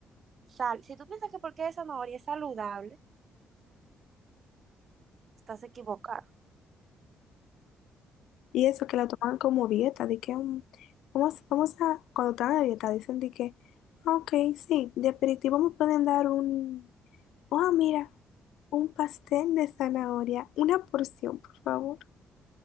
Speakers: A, on the right; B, on the left.
A: sal. Si tú piensas que porque es zanahoria es saludable, estás equivocado.
B: Y eso que la toman como dieta, de que mm, vamos, vamos a, cuando están a dieta, dicen de que, "Ah, ok, sí, de aperitivo me pueden dar un, ah, mira, un pastel de zanahoria, una porción, por favor.